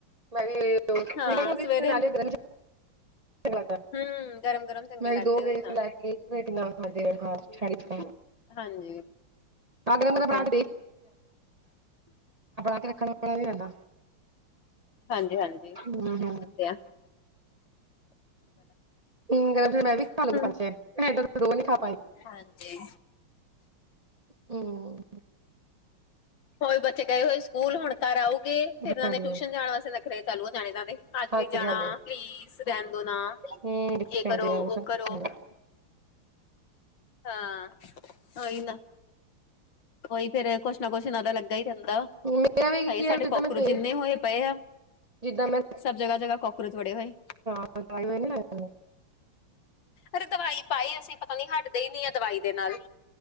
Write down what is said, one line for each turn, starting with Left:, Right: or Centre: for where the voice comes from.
Right: ਬੜੀ ਲੇਟ ਹੋ, ਠੰਡੇ
Left: ਹਾਂ
Right: ਵੀ ਹੋਗੇ
Left: ਸਵੇਰੇ
Right: ਸੀ ਤੇ ਨਾਲੇ ਗਰਮ <unintelligible>
Left: ਹੂੰ ਗਰਮ ਗਰਮ ਚੰਗੇ ਲੱਗਦੇ ਉਹੀ ਨਾ ਹਾਂਜੀ।
Right: <unintelligible>
Left: ਉਹ
Right: ਆ ਬਣਾ
Left: ਤੇ ਹੈ
Right: ਕੇ ਰੱਖਣ ਵਾਲਾ ਨੀ ਰੈਂਦਾ।
Left: ਹਾਂਜੀ-ਹਾਂਜੀ,
Right: ਹੂੰ-ਹੂੰ ਹੂੰ
Left: ਵਦੀਆ।
Right: <unintelligible>
Left: ਆ
Right: ਨੀ ਖਾ ਪਾਈ।
Left: ਹਾਂਜੀ।
Right: ਊਂ
Left: ਹੋਰ ਬੱਚੇ ਗਏ ਹੋਏ ਸਕੂਲ ਹੁਣ ਘਰ ਆਊਗੇ, ਫੇਰ
Right: ਹਾਂਜੀ
Left: ਏਨਾਂ ਨੇ ਟਿਊਸ਼ਨ ਜਾਣ ਵਾਸਤੇ ਨੱਖਰੇ ਚਾਲੂ ਹੋ ਜਾਣੇ ਏਨਾਂ ਦੇ। ਅਜ
Right: ਹਾਂਜੀ-ਹਾਂਜੀ
Left: ਨੀ ਜਾਣਾ, ਪਲੀਜ਼ ਰੈਣ ਦੋ ਨਾ।
Right: ਹੂੰ ਬੱਚਿਆਂ
Left: ਯੇ ਕਰੋ
Right: ਦੇ ਆ
Left: ਵੋ
Right: ਸਭ
Left: ਕਰੋ।
Right: ਚੰਗਾ
Left: ਹਾਂ, ਓਈ ਨਾ। ਓਈ ਫੇਰ ਕੁਛ ਨਾ ਕੁਛ ਏਨਾਂ ਦਾ ਲੱਗਾ ਈ ਰੈਂਦਾ ਵਾ,
Right: ਮੇਰਾ ਵੀ
Left: ਹਾਏ
Right: ਕੀ
Left: ਸਾਡੇ
Right: ਜਿੱਦਾਂ
Left: ਕੋਕਰੋਚ
Right: ਮੈਂ ਸਵੇਰ
Left: ਇੰਨੇ ਹੋਏ ਪਏ ਆ
Right: ਜਿੱਦਾਂ ਮੈਂ
Left: ਸਭ ਜਗ੍ਹਾ-ਜਗ੍ਹਾ ਕੋਕਰੋਚ ਵੜੇ ਹੋਏ।
Right: ਦਵਾਈ <unintelligible>
Left: ਅਰੇ ਦਵਾਈ ਪਾਈ ਅਸੀ, ਪਤਾ ਨੀ ਹਟਦੇ ਈ ਨੀ ਐ ਦਵਾਈ ਦੇ ਨਾਲ।